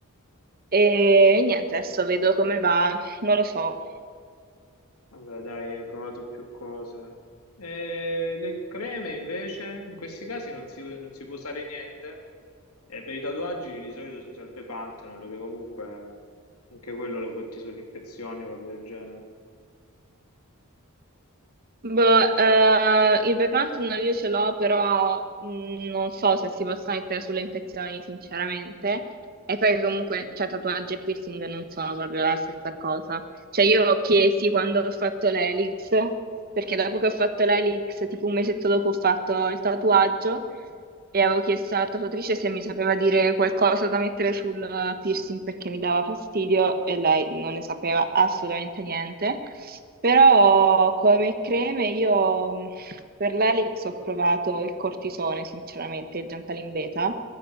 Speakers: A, on the right; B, on the left.
A: e niente, adesso vedo come va, non lo so.
B: Vabbè, dai, hai provato più cose. E le creme invece, in questi casi non si, non si può usare niente. E per i tatuaggi di solito si usa il Pepanthenol, che comunque anche quello lo può ti sulle infezioni o roba del genere.
A: Boh, eh, il Bepanthen io ce l'ho, però mh, non so se si possa mettere sulle infezioni, sinceramente. E poi comunque, cioè, tatuaggi e piercing non sono proprio la stessa cosa. Cioè io chiesi quando ho fatto l'elix, perché dopo che ho fatto l'elix, tipo un mesetto dopo ho fatto il tatuaggio e avevo chiesto alla tatuatrice se mi sapeva dire qualcosa da mettere sul eh, piercing perché mi dava fastidio e lei non ne sapeva assolutamente niente. Però come creme io mh, per l'elix ho provato il cortisone, sinceramente, il Gentalin Beta